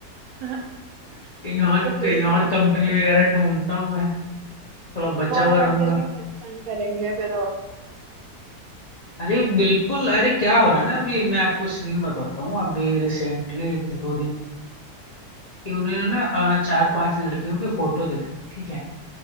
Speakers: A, on the right; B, on the left.
A: <laughs> हाँ,
B: कहीं और
A: तो फिर
B: कहीं और कंपनी वगैरह ढूंढता हूँ मैं थोड़ा बचा
A: कॉल
B: हुआ
A: कर
B: रहूंगा
A: करके परेशान करेंगे फिर वो
B: अरे बिल्कुल अरे क्या हो रहा है ना अभी मैं आपको सीन बताता हूँ अभी रिसेंटली एक दो दिन कि उन्होंने ना अ, चार पांच लड़कियों के फोटो दिखे ठीक है